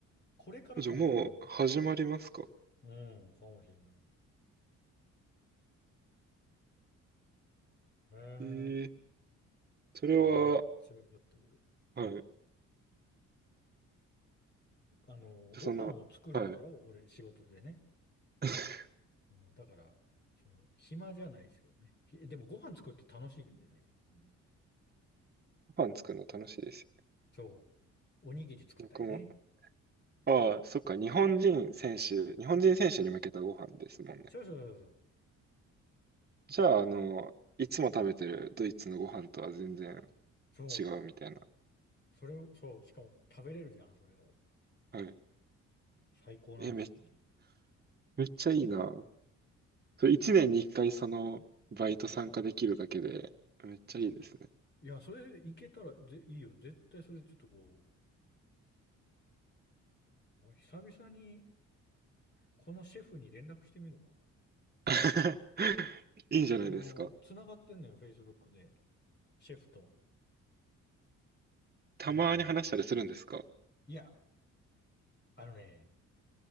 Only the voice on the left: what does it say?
これからかもしれない。
うん、かもしれない。へ
え。
いや、めっちゃよかった、これ。
あの、ご飯も作るんだよ、
俺、仕事でね。
あのだから、その、暇じゃないですけどね。ひでもご飯作って楽しいんでね。うん、
そう。おにぎり作ったりね。
そうそうそうそう。
そ
う。それを、そう。しかも食べれるじゃん、それを。
最高なんですよね。
<laughs>
いや、それいけたらぜ、いいよ。絶対それちょっとこう、俺久々にこのシェフに連絡してみるかな。
いや、あの、つながってんのよ、Facebook で。シェフと。
あのーいや、あのね、